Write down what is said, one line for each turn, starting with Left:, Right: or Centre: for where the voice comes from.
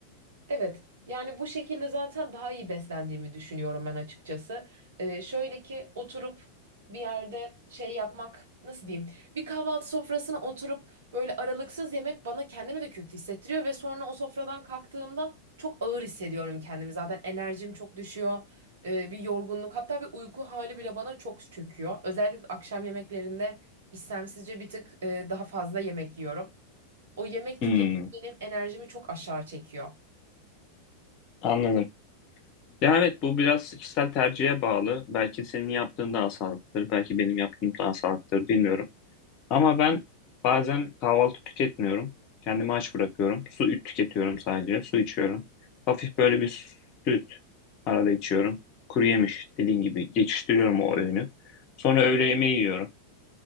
Right: Evet. Yani bu şekilde zaten daha iyi beslendiğimi düşünüyorum ben açıkçası. Ee, şöyle ki oturup bir yerde şey yapmak nasıl diyeyim? Bir kahvaltı sofrasına oturup böyle aralıksız yemek bana kendimi de kötü hissettiriyor ve sonra o sofradan kalktığımda çok ağır hissediyorum kendimi. Zaten enerjim çok düşüyor. Ee, bir yorgunluk hatta bir uyku hali bile bana çok çöküyor. Özellikle akşam yemeklerinde istemsizce bir tık e, daha fazla yemek yiyorum. O yemek
Left: Hmm,
Right: tüketimi benim enerjimi çok aşağı çekiyor.
Left: anladım. Ya evet bu biraz kişisel tercihe bağlı. Belki senin yaptığın daha sağlıklıdır, belki benim yaptığım daha sağlıklıdır bilmiyorum. Ama ben bazen kahvaltı tüketmiyorum. Kendimi aç bırakıyorum. Su üt tüketiyorum sadece. Su içiyorum. Hafif böyle bir süt arada içiyorum. Kuru yemiş dediğin gibi geçiştiriyorum o öğünü. Sonra öğle yemeği yiyorum.